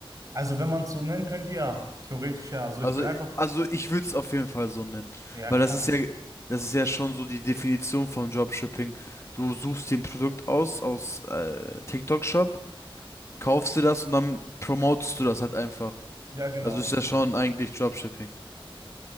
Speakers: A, on the right (about 35°); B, on the left (about 30°).
A: Also, wenn man es so nennen könnte, ja, theoretisch ja. Also,
B: Also,
A: ich will einfach,
B: äh, also ich würde es auf jeden Fall so nennen,
A: ja,
B: weil
A: klar,
B: das ist
A: natürlich.
B: ja, das ist ja schon so die Definition von Dropshipping. Du suchst dir ein Produkt aus aus äh, TikTok-Shop kaufst dir das und dann promotest du das halt einfach.
A: Ja, genau,
B: Also ist
A: so.
B: ja schon eigentlich Dropshipping.